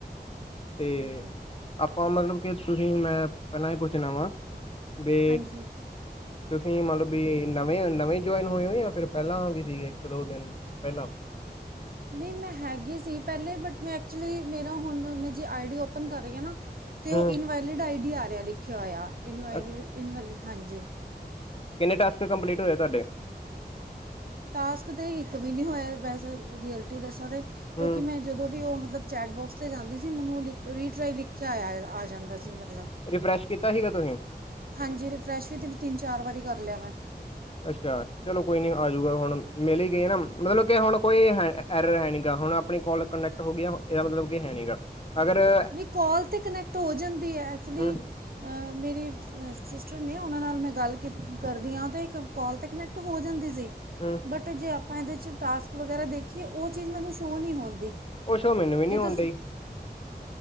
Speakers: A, on the left; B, on the right.
A: ਤੇ
B: ਹਾਂਜੀ
A: ਆਪਾਂ ਮਤਲਬ ਕਿ ਤੁਸੀਂ ਮੈਂ ਪਹਿਲਾਂ ਹੀ ਪੁੱਛਣਾ ਵਾ ਵੀ
B: ਹਾਂਜੀ
A: ਤੁਸੀਂ ਮਤਲਬ ਵੀ ਨਵੇਂ -ਨਵੇਂ ਜੁਆਇਨ ਹੋਏ ਹੋ ਜਾਂ ਫਿਰ ਪਹਿਲਾਂ ਵੀ ਸੀਗੇ ਇੱਕ ਦੋ ਦਿਨ ਪਹਿਲਾਂ।
B: ਨਹੀਂ ਮੈਂ ਹੈਗੀ ਸੀ ਪਹਿਲੇ ਬਟ ਮੈਂ ਐਕਚੁਲੀ ਮੇਰਾ ਹੁਣ ਮੈਂ ਜੇ ਆਈ ਡੀ ਓਪਨ ਕਰ ਰਹੀ ਹਾਂ ਨਾ ਅਤੇ
A: ਹੂੰ।
B: ਉਹ ਇਨਵੈਲਿਡ ਆਈ ਡੀ ਆ ਰਿਹਾ ਲਿਖਿਆ ਹੋਇਆ ਇਨਵੈਲਡ
A: ਅ-
B: ਇਨਵੈਲਿਡ ਹਾਂਜੀ
A: ਕਿੰਨੇ ਟਾਸਕ ਕੰਪਲੀਟ ਹੋਏ ਤੁਹਾਡੇ
B: ਟਾਸਕ ਤਾਂ ਇੱਕ ਵੀ ਨਹੀਂ ਹੋਇਆ ਵੈਸੇ ਰੀਐਲਟੀ ਦੱਸਾਂ ਤਾਂ ਕਿਉਂਕਿ
A: ਹੂੰ।
B: ਮੈਂ ਜਦੋਂ ਵੀ ਉਹ ਮਤਲਬ ਚੈਟਬੋਕਸ 'ਤੇ ਜਾਂਦੀ ਸੀ ਮੈਨੂੰ ਉਹ ਲਿਖ ਰੀਟਰਾਈ ਲਿਖਿਆ ਆਇਆ ਆ ਜਾਂਦਾ ਸੀ ਮਤਲਬ
A: ਰਿਫਰੈਸ਼ ਕੀਤਾ ਸੀਗਾ ਤੁਸੀਂ
B: ਹਾਂਜੀ ਰਿਫਰੈਸ਼ ਵੀ ਤੇ ਤਿੰਨ ਚਾਰ ਵਾਰੀ ਕਰ ਲਿਆ ਮੈਂ।
A: ਅੱਛਾ, ਚਲੋ ਕੋਈ ਨਹੀਂ ਆਜੂਗਾ ਹੁਣ ਮਿਲਦੀ ਗਈ ਨਾ ਮਤਲਬ ਕਿ ਹੁਣ ਕੋਈ ਹੈ ਐਰ ਹੈ ਨਹੀਂ ਹੈਗਾ ਹੁਣ ਆਪਣੀ ਕੋਲ ਕਨੈਕਟ ਹੋ ਗਿਆ ਇਹਦਾ ਮਤਲਬ ਕਿ ਹੈ ਨਹੀਂ ਹੈਗਾ। ਅਗਰ
B: ਨਹੀਂ ਕੋਲ ਤਾਂ ਕਨੈਕਟ ਹੋ ਜਾਂਦੀ ਹੈ ਐਕਚੁਲੀ
A: ਹੂੰ,
B: ਮੇਰੇ ਸਿਸਟਰ ਨੇ ਉਹਨਾਂ ਨਾਲ ਮੈਂ ਗੱਲ ਕਿ ਕਰਦੀ ਹਾਂ ਅਤੇ ਇੱਕ ਕੋਲ 'ਤੇ ਕਨੈਕਟ ਹੋ ਜਾਂਦੀ ਸੀ
A: ਹਮ
B: ਬਟ ਜੇ ਆਪਾਂ ਇਹਦੇ 'ਚ ਟਾਸਕ ਵਗੈਰਾ ਦੇਖੀਏ ਉਹ ਚੀਜ਼ ਮੈਨੂੰ ਸ਼ੋਅ ਨਹੀਂ ਹੁੰਦੀ
A: ਉਹ ਸ਼ੋ ਮੈਨੂੰ ਵੀ ਨਹੀਂੀ
B: ਜੇ ਤੁਸੀਂ
A: ਆਉਣ ਡਈ